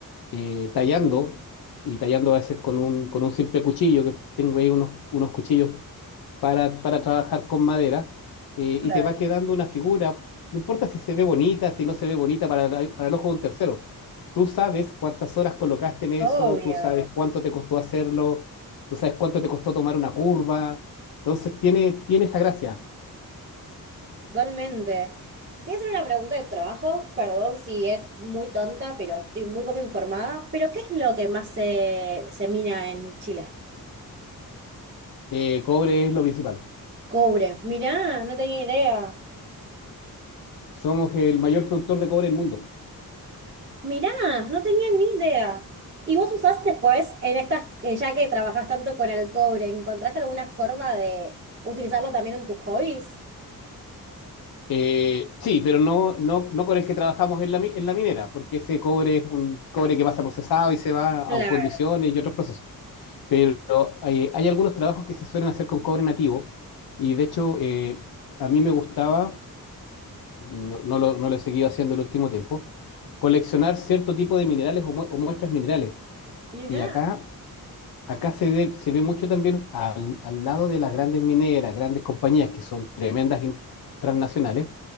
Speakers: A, on the left (about 80°); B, on the right (about 30°).
A: eh, tallando, y tallando a veces con un, con un simple cuchillo, que tengo ahí unos, unos cuchillos para, para trabajar con madera eh,
B: Claro,
A: y te va quedando una figura, no importa si se ve bonita, si no se ve bonita para, la- para el ojo de un tercero. Tú sabes cuántas horas colocaste en eso,
B: obvio.
A: tú sabes cuánto te costó hacerlo, tú sabes cuánto te costó tomar una curva. Entonces tiene, tiene esa gracia.
B: Totalmente. Te voy a hacer una pregunta de trabajo, perdón si es muy tonta, pero estoy muy poco informada. ¿Pero qué es lo que más se, se mina en Chile?
A: Eh, cobre es lo principal.
B: Cobre. Mirá, no tenía idea.
A: Somos el mayor productor de cobre del mundo.
B: Mirá, no tenía ni idea. ¿Y vos usás después, en estas, eh, ya que trabajás tanto con el cobre, ¿encontraste alguna forma de utilizarlo también en tus hobbies?
A: Eh, sí, pero no, no, no con el que trabajamos en la, mi- en la minera, porque ese cobre es un cobre que pasa procesado y se va a
B: Claro,
A: fundiciones y otros procesos. Pero eh, hay algunos trabajos que se suelen hacer con cobre nativo y de hecho eh, a mí me gustaba, no, no lo, no lo he seguido haciendo el último tiempo, coleccionar cierto tipo de minerales o, mue- o muestras minerales.
B: Mirá.
A: Y acá, acá se, ve- se ve mucho también al, al lado de las grandes mineras, grandes compañías que son tremendas in- transnacionales